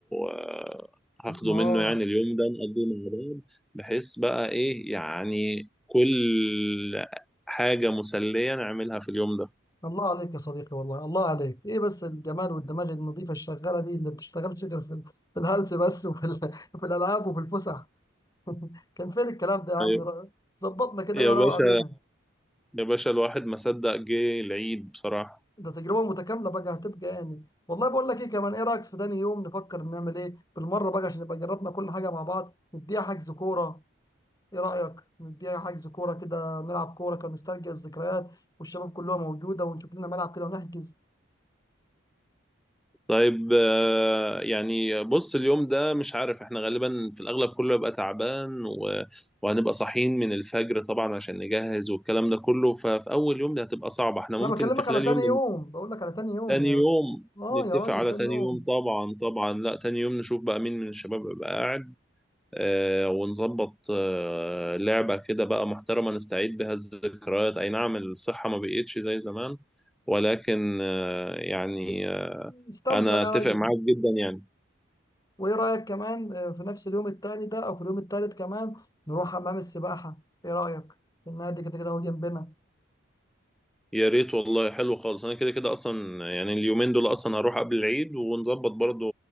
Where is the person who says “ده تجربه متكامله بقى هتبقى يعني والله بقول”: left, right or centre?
Left